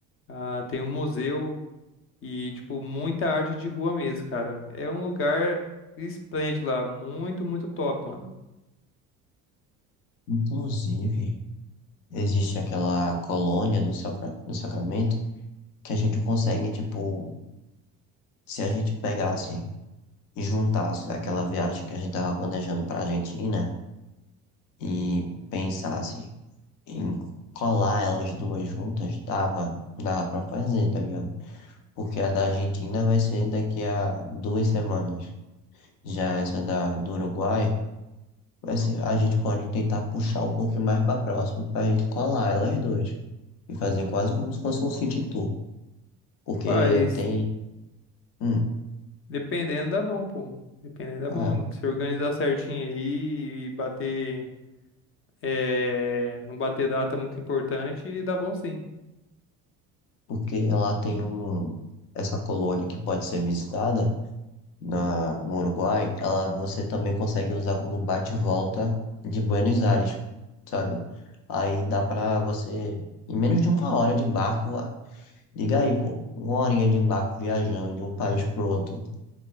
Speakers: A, on the left; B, on the left.
A: Ah, tem um museu e, tipo, muita arte de rua mesmo, cara. É um lugar esplêndido lá. Muito, muito top, mano.
B: Inclusive, existe aquela colônia do, sacra, do Sacramento que a gente consegue, tipo, se a gente pegasse e juntasse aquela viagem que a gente tava planejando pra Argentina e pensasse. E colar elas duas juntas, dava, dava pra fazer, tá ligado? Porque a da Argentina vai ser daqui a duas semanas. Já essa da do Uruguai, vai ser, a gente pode tentar puxar um pouquinho mais pra próximo pra gente colar elas duas. E fazer quase como se fosse um city tour. Porque
A: Mas
B: tem. Hum,
A: dependendo dá bom, pô. Dependendo dá
B: é,
A: bom. Se organizar certinho aí e bater. É, não bater data é muito importante e dá bom sim.
B: porque ela tem um, essa colônia que pode ser visitada. na, no Uruguai, ela você também consegue usar como bate-volta de Buenos Aires, sabe? Aí dá pra você, em menos de uma hora de barco, lá- liga aí, pô, uma horinha de barco viajando de um país pro outro.